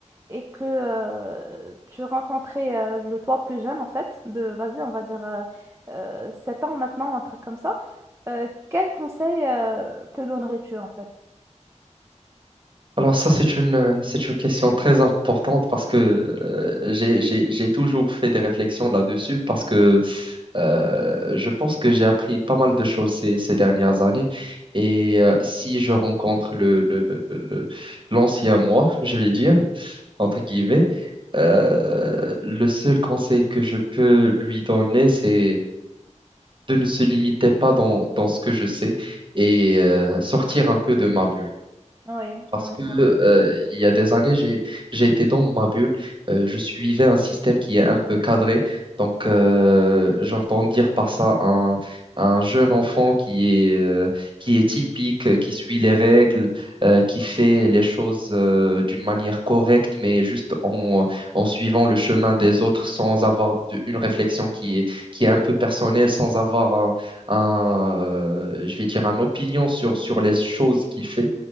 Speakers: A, on the right; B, on the right.
A: et que euh, tu rencontrais euh, le toi plus jeune, en fait, de, vas-y, on va dire euh, euh, 7 ans maintenant, un truc comme ça, euh, quel conseil euh, te donnerais-tu en fait?
B: Alors ça, c'est une, euh, c'est une question très importante parce que euh, j'ai, j'ai, j'ai toujours fait des
A: Oui,
B: réflexions là-dessus parce que euh, je pense que j'ai appris pas mal de choses ces, ces dernières années. Et euh, si je rencontre le, le, le, le- le- l'ancien moi, je vais dire, entre guillemets, euh, le seul conseil que je peux lui donner, c'est de ne se limiter pas dans, dans ce que je sais et euh, sortir un peu de ma bulle.
A: ouais,
B: Parce
A: la
B: que, euh, il y a des années, j'ai, j'ai été dans ma bulle. Euh, je suivais un système qui est un peu cadré. Donc, euh, j'entends dire par ça un, un jeune enfant qui est, euh, qui est typique, euh, qui suit les règles, euh, qui fait les choses euh, d'une manière correcte, mais juste en, en suivant le chemin des autres sans avoir de- une réflexion qui est, qui est un peu personnelle, sans avoir un, un, euh, je vais dire, une opinion sur, sur les choses qu'il fait.